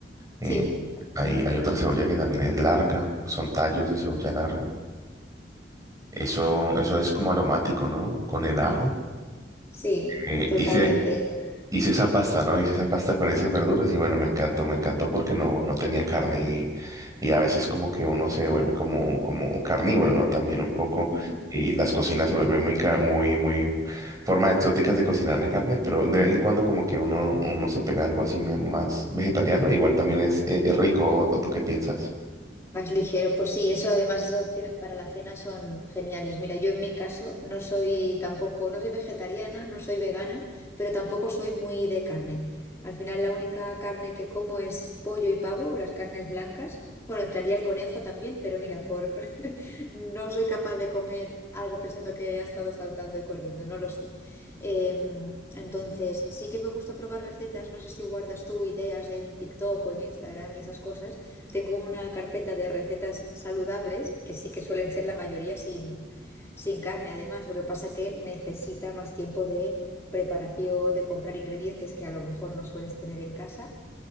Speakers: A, on the right; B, on the left.
A: Eh,
B: Sí,
A: hay, hay otra cebolla que también es larga, son tallos de cebolla larga. Eso, eso es como aromático, ¿no? Con el ajo.
B: sí,
A: Eh,
B: totalmente.
A: hice, hice esa pasta, ¿no? Hice esa pasta con esas verduras y bueno, me encantó, me encantó porque no, no tenía carne y, y a veces como que uno se vuelve como, como carnívoro, ¿no? También un poco
B: <laughs>
A: y las cocinas se vuelven muy, ca- muy, muy formas exóticas de cocinar la carne, pero de vez en cuando como que uno, uno se pega algo así me- más vegetariano, igual también es, es, es rico, ¿o tú qué piensas?
B: Más ligero, pues sí, eso además esas opciones para la cena son geniales. Mira, yo en mi caso no soy tampoco, no soy vegetariana, no soy vegana, pero tampoco soy muy de carne. Al final la única carne que como es pollo y pavo, las carnes blancas. Bueno, entraría el conejo también, pero mira, por <laughs> no soy capaz de comer algo pensando que ha estado saltando y corriendo, no lo sé. Em, entonces, sí que me gusta probar recetas, no sé si guardas tú ideas en TikTok o en Instagram y esas cosas tengo una carpeta de recetas saludables, que sí que suelen ser la mayoría sin, sin carne, además. Lo que pasa que necesita más tiempo de preparación, de comprar ingredientes que a lo mejor no sueles tener en casa